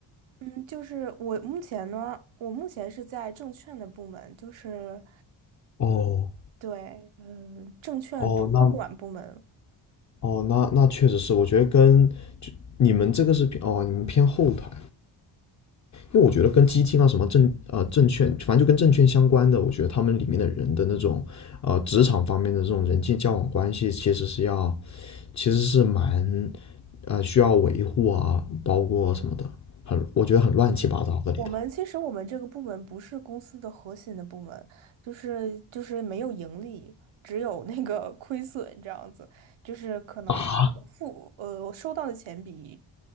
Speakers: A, on the right (about 85°); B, on the left (about 40°).
A: 嗯，就是我目前呢，我目前是在证券的部门，就是
B: 哦
A: 对，嗯，证券托管部门。
B: 哦，那哦，那那确实是，我觉得跟就你们这个是偏哦，你们偏后台，因为我觉得跟基金啊什么证呃证券，反正就跟证券相关的，我觉得他们里面的人的那种呃职场方面的这种人际交往关系，其实是要其实是蛮呃需要维护啊，包括什么的，很我觉得很乱七八糟的里头。
A: 我们其实我们这个部门不是公司的核心的部门，就是就是没有盈利，只有那个 <laughs> 亏损这样子，就是可能我付呃我收到的钱比
B: 啊，